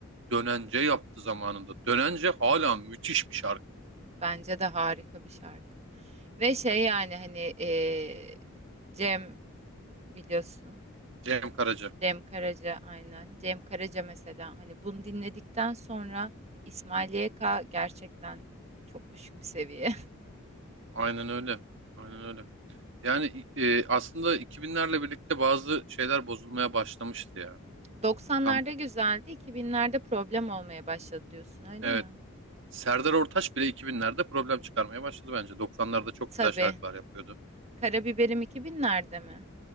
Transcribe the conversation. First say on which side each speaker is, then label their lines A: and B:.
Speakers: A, on the right; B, on the right.
A: Dönence yaptı zamanında. Dönence hala müthiş bir şarkı.
B: Bence de harika bir şarkı. Ve şey yani hani eee, Cem biliyorsun.
A: Cem Karaca.
B: Cem Karaca aynen. Cem Karaca mesela hani bunu dinledikten sonra İsmail YK gerçekten çok düşük bir seviye.
A: Aynen öyle. Aynen öyle. Yani e, aslında 2000'lerle birlikte bazı şeyler bozulmaya başlamıştı ya.
B: <laughs> 90'larda
A: Tam
B: güzeldi, 2000'lerde problem olmaya başladı diyorsun öyle
A: evet.
B: mi?
A: Serdar Ortaç bile 2000'lerde problem çıkarmaya başladı bence. Doksanlarda çok
B: Tabii.
A: güzel şarkılar yapıyordu.
B: Karabiberim 2000'lerde mi?